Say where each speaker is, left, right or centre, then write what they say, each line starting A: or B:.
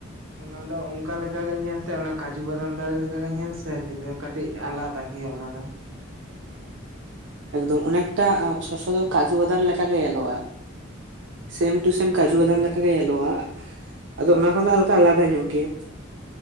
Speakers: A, on the right; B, on the right.
A: ᱚᱱᱟ ᱫᱚ ᱚᱱᱠᱟ ᱞᱮᱠᱟᱜᱮ ᱧᱮᱞᱛᱮ ᱚᱱᱟ ᱠᱟᱡᱩ ᱵᱟᱫᱟᱢ ᱫᱟᱨᱮᱞᱮᱠᱟᱜᱮ ᱧᱮᱞ ᱥᱮ ᱡᱩᱫᱟᱹᱼᱼ ᱠᱟᱹᱴᱤᱡ ᱟᱞᱟᱫᱟ ᱜᱮᱭᱟ ᱚᱱᱟ ᱫᱚ ᱾
B: ᱮᱠᱫᱚᱢ ᱚᱱᱮᱠᱴᱟ ᱥᱚᱥᱚᱫᱚ ᱠᱟᱡᱩ ᱵᱟᱫᱟᱢ ᱞᱮᱠᱟ ᱜᱮ ᱧᱮᱞᱚᱜᱼᱟ᱾ ᱥᱮᱢ ᱴᱩ ᱥᱮᱢ
A: ᱦᱩᱸ
B: ᱠᱟᱡᱩ ᱵᱟᱫᱟᱢ ᱞᱮᱠᱟᱜᱮ ᱧᱮᱞᱚᱜᱼᱟ ᱟᱫᱚ ᱚᱱᱟ ᱠᱷᱚᱱ ᱫᱚ ᱦᱟᱞᱠᱟ ᱟᱞᱟᱫᱟ ᱧᱚᱜ ᱜᱮᱭᱟ᱾